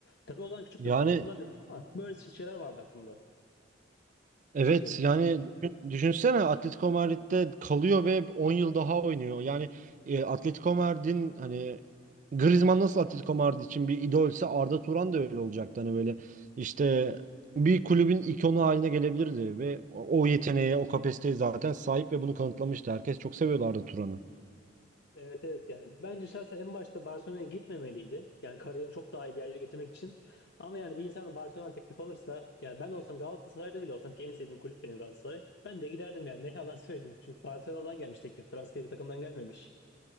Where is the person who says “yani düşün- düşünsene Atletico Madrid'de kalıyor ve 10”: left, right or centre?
Right